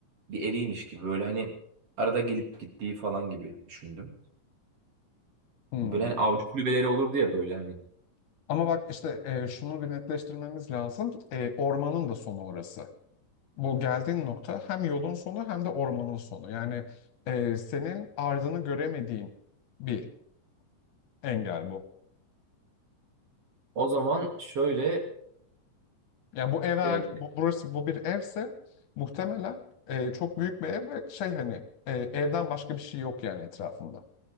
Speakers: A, on the right (about 45°); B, on the left (about 70°).
A: bir eviymiş gibi. Böyle hani arada gelip gittiği falan gibi düşündüm.
B: Hmm.
A: Böyle hani avcı kulübeleri olurdu ya böyle hani.
B: Ama bak işte e, şunu bir netleştirmemiz lazım. E, ormanın da sonu orası. Bu geldiğin nokta hem yolun sonu hem de ormanın sonu. Yani e, senin ardını göremediğin bir engel bu.
A: O zaman şöyle
B: Yani bu ev eğer
A: e,
B: bu, burası bu bir evse muhtemelen e, çok büyük bir ev ve şey hani e, evden başka bir şey yok yani etrafında.